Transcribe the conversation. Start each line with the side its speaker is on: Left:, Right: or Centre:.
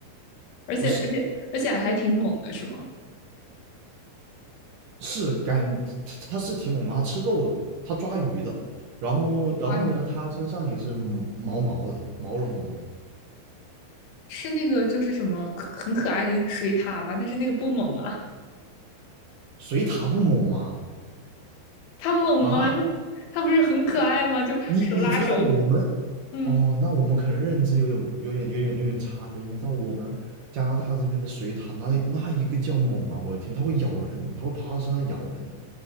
Left: <laughs> 而且而且而且还挺猛的，
Right: 不是
Left: 是吗？
Right: 是干，它是挺猛的，它吃肉的嘛，它抓鱼的，然后然后呢，
Left: 蛙鱼
Right: 它身上也是毛毛的，毛茸茸的。
Left: 是那个就是什么很可爱的那个水獭吗？但是那个不猛啊，
Right: 水獭不猛吗？
Left: 它猛吗？
Right: 啊，
Left: 它它不是很可爱吗？
Right: 水
Left: 就手拉手，
Right: 你你知道我们
Left: 嗯，
Right: 哦，那我们可能认知有点、有点、有点、有点差别。你知道我们加拿大这边的水獭，那那一个叫猛啊！我的天，它会咬人，它会趴到身上咬人。